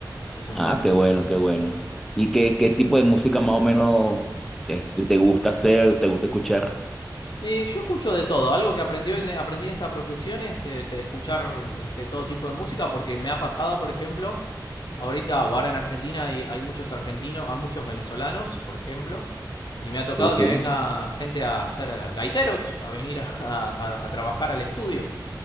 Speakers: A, on the left (about 70°); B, in the centre.
A: Es un
B: Ah,
A: buen
B: qué bueno, qué bueno. ¿Y qué, qué tipo de música más o menos este, te gusta hacer, te gusta escuchar?
A: y yo escucho de todo. Algo que aprendió en- aprendí en esta profesión es eh, de escuchar este, todo tipo de música, porque me ha pasado, por ejemplo, Ahorita, o ahora en Argentina hay, hay muchos argentinos, hay muchos venezolanos, por ejemplo, y me ha tocado
B: Sí, sí.
A: que venga gente a ser gaiteros, a venir a, a- a trabajar al estudio